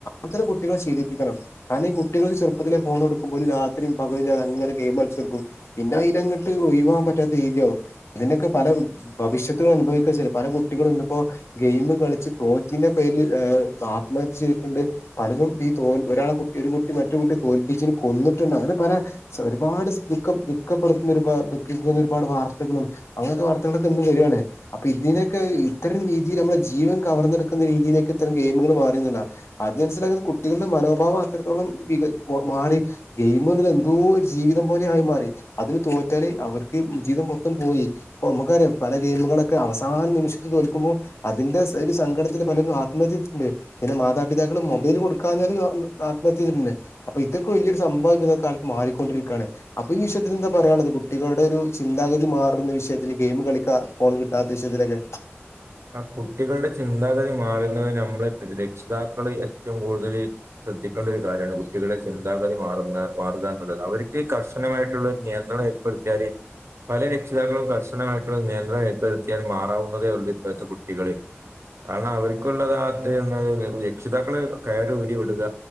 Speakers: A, on the left; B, on the right.
A: അത്തരു കുട്ടികളെ ശീലിപ്പിക്കണം കാരണം ഈ കുട്ടികള് ചെറുപ്പത്തിലെ ഫോണൊടുക്കുമ്പ ഓല് രാത്രിം പകലുല്ലാതങ്ങനെ ഗെയിമൾച്ചുത്തർക്കും. പിന്നെ അയ്ലങ്ങട്ട് ഒയ് വാവാൻ പറ്റാത്ത രീത്യാവും. ഇതിൻ്റൊക്കെ പല ഭവിഷ്യത്തുകും അനുഭവിക്കാ ചരി പല കുട്ടികളും ഇന്നിപ്പോ. ഗെയിമ് കളിച്ച് തോറ്റിന്റെ പേരിൽ ഏഹ് ആത്മഹത്യ ചെയ്തിട്ടുണ്ട്. പലതും ഈ തോൽ ഒരാള് കുട്ടി ഒരു കുട്ടി മറ്റൊരു കുട്ട്യെ തോൽപ്പിച്ചിന് കൊന്നിട്ടുണ്ട് അങ്ങനെ പല. ച്ച ഒരുപാട് സ് ദുഃഖ ദുഃഖപ്പെടുത്തുന്നരു പ ദുഃഖിക്കുന്ന ഒരുപാട് വാർത്തകളും. അങ്ങൻത്തെ വാർത്തകളൊക്കെ ഇന്ന് വര്യാണേ. അപ്പ ഇതിനൊക്കഹ് ഇത്തരം രീതിയിൽ നമ്മളെ ജീവൻ കവർന്നെടുക്കുന്ന രീതിയിലേക്ക് ഇത്തര ഗെയിമുകള് മാറിന്ന്ള്ള അത് മൻസ്സിലാക്കുന്ന കുട്ടികൾടെ മനോഭാവം അത്രത്തോളം വിക മൊ മാറി. ഗെയിമ്ന്ന്ള്ള എന്തോര് ജീവിതം പോലെ ആയിമാറി. അതിന് തോറ്റാല് അവര്ക്ക് മ് ജീവിതം മൊത്തം പോയി. പ്പൊ മ്മക്കറ്യ പല ഗെയിമുകളൊക്കെ അവസാന നിമിഷത്ത് തോൽക്കുമ്പോ അതിന്റെ സ് ഒരു സങ്കടത്തില് പലരും ആത്മ ത്മഹത്യ ചെയതിട്ട്ണ്ട് പിന്നെ മാതാപിതാക്കള് മൊബൈല് കൊടുക്കാഞ്ഞാല് അത്മ ആത്മഹത്യയ്തിട്ടുണ്ട്. അപ്പ ഇതൊക്കെ വല്ല്യൊരു സംഭവായി പ്പതൊക്കെ കാൽത്ത് മാറിക്കൊണ്ടിരിക്കാണ്. അപ്പ ഈ വിഷയത്തില് ന്താ പറയാള്ളത് കുട്ടികളുടെ ഒരു ചിന്താഗതി മാറുന്ന വിഷയത്തില് ഗെയിമ് കളിക്ക. ഫോണ് കിട്ടാത്ത വിഷയത്തിലൊക്കെ.
B: ആ കുട്ടികൾടെ ചിന്താഗതി മാറുന്നത് നമ്മള് രക്ഷിതാക്കള് ഏറ്റും കൂടുതല്. ശ്രദ്ധിക്കണ്ടരു കാര്യാണ് കുട്ടികളെ ചിന്താഗതി മാറുന്ന മാറുക എന്നുള്ളത് അവർക്ക് കർശനമായിട്ടുള്ള നിയന്ത്രണ പെട്ത്ത്യാല് പല രക്ഷിതാക്കളും കർശനമായിട്ടുള്ള നിയന്ത്രണം ഏർപ്പെടുത്തിയാൽ മാറാവുന്നതേ ഒള്ളൂ. ഇപ്പോഴത്തെ കുട്ടികള്. കാരണം അവര്ക്കുള്ളത് <unintelligible> രക്ഷിതാക്കള് കയറ് ഊരി വിടുക.